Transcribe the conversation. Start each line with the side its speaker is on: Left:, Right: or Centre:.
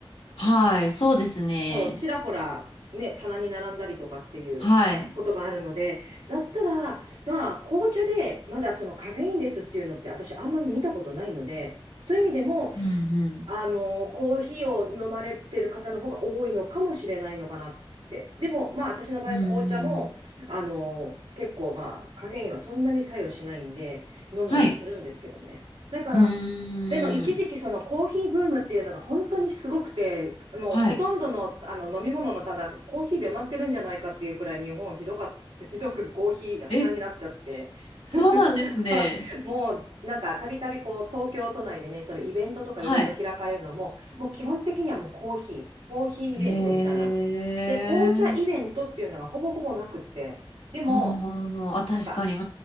Left: はい。そうですね。
Right: そう、ちらほら、ね、棚に並んだりとかっていうことがあるので、
Left: はい。
Right: だったら、まあ、紅茶でまだそのカフェインレスっていうのって私あんまり見たことないので、そういう意味でも、
Left: うんうん。
Right: あの、コーヒーを飲まれてる方の方が多いのかもしれないのかなって。でも、まあ、私の場合、
Left: うーん。
Right: 紅茶も、あの、結構、まあ、カフェインはそんなに作用しないんで、飲んだりはするんですけどね。
Left: はい。
Right: だから、
Left: うーん。
Right: でも一時期そのコーヒーブームっていうのが本当にすごくて、もうほとんどの、
Left: はい。
Right: あの飲み物の棚がコーヒーで埋まってるんじゃないかっていうくらい日本ひどかっ <laughs> ひどくコーヒー派になっちゃって
Left: え、そうなんですね。
Right: <laughs> もうなんか、たびたびこう、東京都内でね、それイベントとかいろいろ開かれるのも、
Left: はい。
Right: もう基本的にはもうコーヒー、コーヒーイベントみたいなの。
Left: へえ。
Right: で、紅茶イベントっていうのがほぼほぼなくって、でも、
Left: はあ、はあ、はあ、あ確かに。
Right: なんか、
Left: う